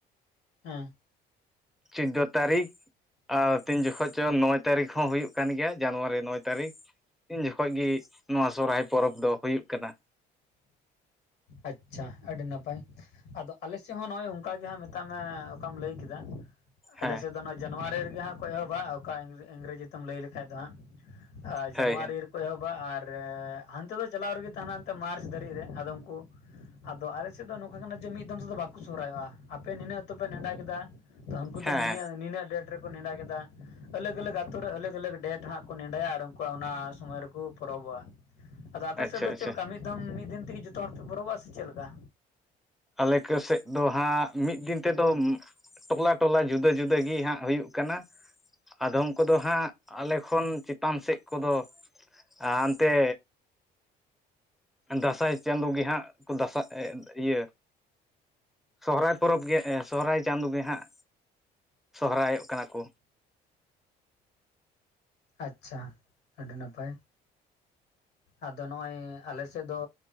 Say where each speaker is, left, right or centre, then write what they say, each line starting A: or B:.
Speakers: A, on the left; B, in the centre.
A: ᱦᱮᱸ,
B: ᱪᱳᱫᱫᱳ ᱛᱟᱹᱨᱤᱠᱷ ᱟᱨ ᱛᱤᱱ ᱡᱚᱠᱷᱚᱡ ᱪᱚ ᱱᱚᱭ ᱛᱟᱹᱨᱤᱠᱷ ᱦᱚᱸ ᱦᱩᱭᱩᱜ ᱠᱟᱱ ᱜᱮᱭᱟ ᱡᱟᱱᱩᱣᱟᱨᱤ, ᱱᱚᱭ ᱛᱟᱹᱨᱤᱠᱷ ᱩᱱ ᱡᱚᱠᱷᱚᱡ ᱜᱮ ᱱᱚᱣᱟ ᱥᱚᱨᱦᱟᱭ ᱯᱚᱨᱚᱵᱽ ᱫᱚ ᱦᱩᱭᱩᱜ ᱠᱟᱱᱟ᱾
A: ᱟᱪᱪᱷᱟ ᱟᱹᱰᱤ ᱱᱟᱯᱟᱭ᱾ ᱟᱫᱚ ᱟᱞᱮ ᱥᱮᱫ ᱦᱚᱸ ᱱᱚᱜᱼᱚᱭ ᱚᱱᱠᱟ ᱜᱮ ᱦᱟᱸᱜ ᱢᱮᱛᱟᱜ ᱢᱮ ᱚᱠᱟᱢ ᱞᱟᱹᱭ ᱠᱮᱫᱟ? ᱟᱞᱮ
B: ᱦᱮᱸ
A: ᱥᱮᱫ ᱫᱚ ᱱᱚᱣᱟ ᱡᱩᱣᱟᱨᱤ ᱨᱮᱜᱮ ᱦᱟᱸᱜ ᱠᱚ ᱮᱦᱚᱵᱟ ᱚᱠᱟ ᱤᱝᱨᱮᱡᱤ ᱛᱮᱢ ᱞᱟᱹᱭ ᱞᱮᱠᱷᱷᱟᱡ ᱫᱚ ᱦᱟᱸᱜ᱾ ᱟ ᱡᱟᱱᱩᱣᱟᱨᱤ
B: ᱦᱳᱭ ᱦᱮᱸ
A: ᱨᱮᱠᱚ ᱮᱦᱚᱵᱟ ᱟᱨ ᱦᱟᱱᱛᱮ ᱫᱚ ᱪᱟᱞᱟᱣ ᱨᱮᱜᱮ ᱛᱟᱦᱮᱱᱟ ᱢᱟᱨᱪ ᱫᱷᱟᱹᱨᱤᱡ ᱨᱮ ᱟᱫᱚ ᱠᱚ ᱟᱫᱚ ᱟᱞᱮ ᱥᱮᱫ ᱫᱚ ᱱᱚᱝᱠᱟ ᱠᱟᱱᱟ ᱡᱮ ᱢᱤᱫ ᱫᱚᱢ ᱛᱮᱫᱚ ᱵᱟᱠᱚ ᱥᱚᱦᱨᱟᱭᱚᱜᱼᱟ᱾ ᱟᱯᱮ ᱱᱤᱱᱟᱹᱜ ᱟᱹᱛᱩ ᱯᱮ ᱱᱮᱸᱰᱟ ᱠᱮᱫᱟ ᱛᱚ ᱦᱟᱱᱠᱩ
B: ᱦᱮᱸ
A: ᱫᱚ ᱱᱤᱱᱤᱭᱟᱹ ᱱᱤᱱᱟᱹᱜ ᱰᱮᱴ ᱨᱮᱠᱚ ᱱᱮᱸᱰᱟ ᱠᱮᱫᱟ ᱟᱞᱟᱜᱽᱼᱟᱞᱟᱜᱽ ᱟᱹᱛᱚ ᱨᱮ ᱟᱞᱟᱜᱽᱼᱟᱞᱟᱜᱽ ᱰᱮᱴ ᱦᱟᱸᱜ ᱠᱚ ᱱᱮᱸᱰᱟᱭᱟ ᱟᱨ ᱩᱱᱠᱩᱣᱟᱜ ᱚᱱᱟ ᱥᱚᱢᱚᱭ ᱨᱮ ᱠᱚ ᱯᱚᱨᱚᱵᱚᱜᱼᱟ᱾ ᱟᱫᱚ ᱟᱯᱮ
B: ᱟᱪᱪᱷᱟ
A: ᱥᱮᱫ
B: ᱟᱪᱪᱷᱟ
A: ᱪᱮᱫ ᱞᱮᱠᱟ ᱢᱤᱫ ᱫᱚᱢ ᱢᱤᱫ ᱫᱤᱱ ᱛᱮᱜᱮ ᱡᱚᱛᱚ ᱦᱚᱲ ᱯᱮ ᱵᱚᱨᱚᱵᱚᱜᱼᱟ ᱥᱮ ᱪᱮᱫ ᱞᱮᱠᱟ
B: ᱟᱞᱮ ᱠᱚ ᱥᱮᱫ ᱫᱚ ᱦᱟᱸᱜ ᱢᱤᱫ ᱫᱤᱱ ᱛᱮᱫᱚᱢ ᱴᱚᱞᱟᱼᱴᱚᱞᱟ ᱡᱩᱫᱟᱹᱼᱡᱩᱫᱟᱹ ᱜᱮ ᱦᱟᱸᱜ ᱦᱩᱭᱩᱜ ᱠᱟᱱᱟ᱾ ᱟᱫᱚᱢ ᱠᱚᱫᱚ ᱦᱟᱸᱜ ᱟᱞᱮ ᱠᱷᱚᱱ ᱪᱮᱛᱟᱱ ᱥᱮᱫ ᱠᱚᱫᱚ ᱟ ᱦᱟᱱᱛᱮ ᱫᱟᱸᱥᱟᱭ ᱪᱟᱸᱫᱚ ᱜᱮ ᱦᱟᱸᱜ ᱠᱚ ᱫᱟᱥᱟᱜ ᱮ ᱤᱭᱟᱹ ᱥᱚᱦᱨᱟᱭ ᱯᱚᱨᱚᱵᱽ ᱜᱮ ᱥᱚᱦᱨᱟᱭ ᱪᱟᱸᱫᱚ ᱜᱮ ᱦᱟᱸᱜ ᱥᱚᱦᱨᱟᱭᱚᱜ ᱠᱟᱱᱟ ᱠᱚ
A: ᱟᱪᱪᱷᱟ ᱟᱹᱰᱤ ᱱᱟᱯᱟᱭ ᱟᱫᱚ ᱱᱚᱜᱼᱚᱭ ᱟᱞᱮ ᱥᱮᱫ ᱫᱚ